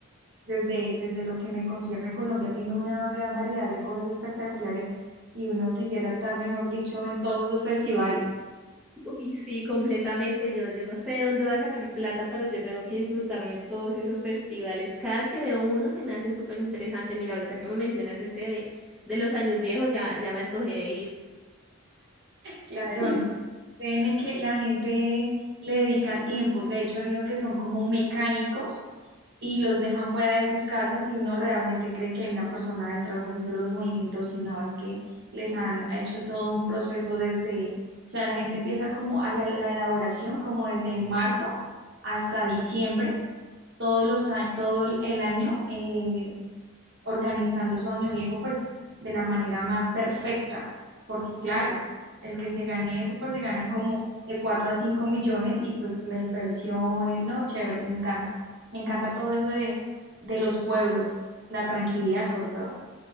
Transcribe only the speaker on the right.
desde, desde lo que me concierne, Colombia tiene una gran variedad de cosas espectaculares y uno quisiera estar, mejor dicho, en todos esos festivales.
Claro,
no, créeme que la gente le dedica tiempo. De hecho, hay unos que son como mecánicos y los dejan fuera de sus casas y uno realmente cree que hay una persona detrás haciendo los movimientos y no, es que les han hecho todo un proceso desde, o sea, la gente empieza como a la la elaboración como desde marzo hasta diciembre todos los, a- todo el año eh, organizando su año viejo, pues de la manera más perfecta, porque claro, el que se gane eso, pues se ganan como de 4 a 5 millones y pues la inversión, y- no, chévere, me encanta, me encanta todo eso de, de los pueblos, la tranquilidad sobre todo.